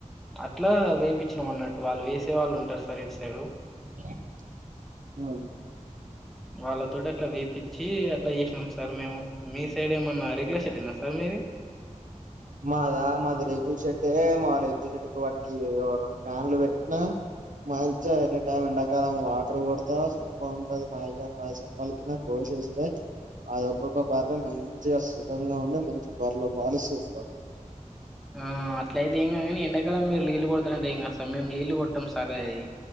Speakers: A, in the centre; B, on the right.
A: అట్లా వేపించినం అన్నట్టు వాళ్ళు వేసే వాళ్ళుంటారు సర్ ఇటు సైడు
B: <unintelligible> అవున్
A: వాళ్ళతోటి అట్లా వేపిచ్చి అట్లా చేసినాం సార్ మేము, మీ సైడ్ ఏమన్నా రెకులషెడ్ యేనా సార్ మీది.
B: మాదా మాది రేకుల్ షెడ్డే మా రేకుల్ షెడ్డు కు వాటికి రెండు ఫ్యాన్లు పెట్టినా మంచిగా ఎనీ టైమ్ ఎండాకాలం వాటర్ కొడత సొప్ప ఉంటది, మావిగా మా సొప్పలికినా. కోశేషుడే అది ఒక్కొక్క బార్రెను మంచిగా సుఖంగా ఉండి మంచి బర్లు పాలిషూస్
A: ఆ అట్లయితే ఏంగానీ ఎండాకాలం మీరు నీళ్ళలు కొడతారంటే ఏంకాస మేము నీళ్లు కొట్టాం సరేది